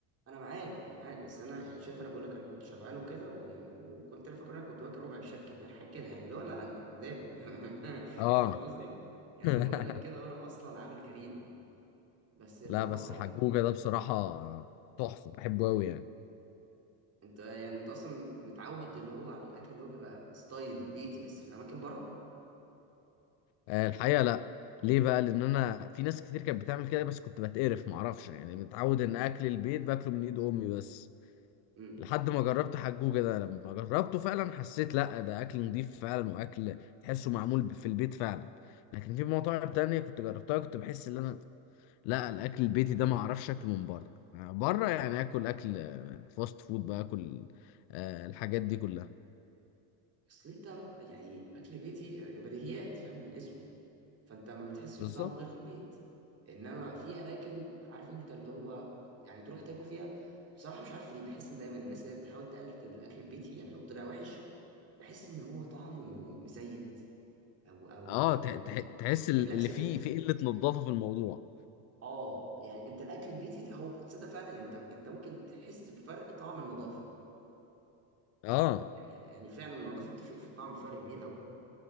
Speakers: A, on the right; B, on the left.
A: انا معاك انا معاك بس انا يعني شايف انا بقول لك انا كنت شبعان وكده ويعني وكنت انا فاكر إن انا كنت واكل ربع مشكل بقى حاجه كده يعني لا لا انا كنت دابب <laughs>
B: اه
A: فاهم قصدي يعني
B: <laughs>
A: انا بقول لك كده وانا اصلا عامل جريمه بس اللي
B: لا
A: هو
B: بس
A: فاهم
B: حجوجه ده بصراحه تحفه بحبه قوي يعني
A: انت يعني انت اصلا متعود اللي هو على الاكل اللي هو بيبقى ستايل بيتي بس في اماكن بره
B: آه، الحقيقة لا ليه بقى لان انا في ناس كتير كانت بتعمل كده بس كنت بتقرف معرفش يعني متعود ان اكل البيت باكله من ايد امي بس
A: امم
B: لحد ما جربت حجوجة ده لما جربته فعلا حسيت لا ده اكل نضيف فعلا واكل تحسه معمول ب- في البيت فعلا لكن في مطاعم تانية كنت جربتها كنت بحس ان انا لا الاكل البيتي ده معرفش اكله من بره آه، بره يعني اكل اكل آه، فاست فود بقى اكل آه، الحاجات دي كلها
A: اصل انت يعني اكل بيتي بديهيات فاهم من اسمه فانت ما بتحسش
B: بالظبط
A: بطعم غير في البيت انما في اماكن عارف انت اللي هو يعني تروح تاكل فيها بصراحه مش عارف ليه بحس ان دايما الناس اللي هي بتحاول تقلد الاكل البيتي يعني لو طلع وحش بحس ان هو طعمه مزيت او او
B: اه
A: او
B: تح-
A: بي-
B: تح- تحس
A: بيتعمل
B: ال-
A: لك
B: اللي
A: صدرك
B: فيه
A: كده
B: في قلة نظافة في الموضوع
A: اه يعني انت الاكل البيتي هو تصدق فعلا انت انت ممكن تحس بفرق طعم النظافه
B: اه
A: يعني يعني فعلا النظافه بتفرق في الطعم فرق كبير قوي